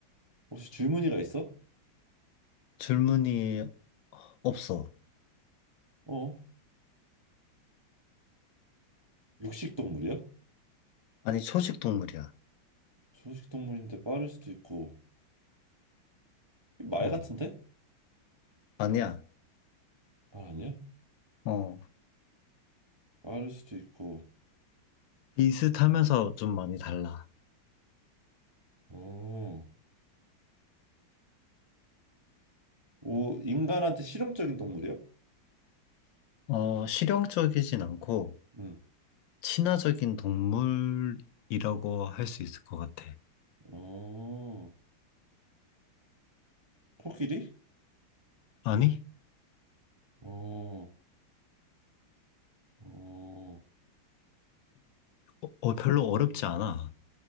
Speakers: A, on the right; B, on the left.
A: 혹시 줄무늬가 있어?
B: 질문이 없어.
A: 어, 육식 동물이야?
B: 아니, 초식 동물이야.
A: 초식 동물인데 빠를 수도 있고 말
B: 어,
A: 같은데?
B: 아니야.
A: 말 아니야?
B: 어,
A: 빠를 수도 있고
B: 비슷하면서 좀 많이 달라.
A: 어. 오, 인간한테 실용적인 동물이야?
B: 어, 실용적이진 않고,
A: 응.
B: 친화적인 동물이라고 할 수 있을 것 같아.
A: 어. 코끼리?
B: 아니?
A: 어. 어.
B: 어, 어, 별로 어렵지 않아.